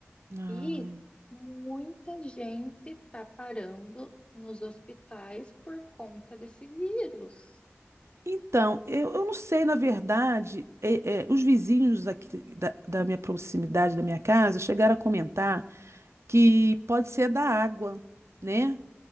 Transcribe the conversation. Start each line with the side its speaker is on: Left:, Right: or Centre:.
Right: Ah.
Left: E muita gente está parando nos hospitais por conta desse vírus.
Right: Então, eu, eu não sei, na verdade, é- é, os vizinhos aqui da, da minha proximidade, da minha casa, chegaram a comentar que pode ser da água, né?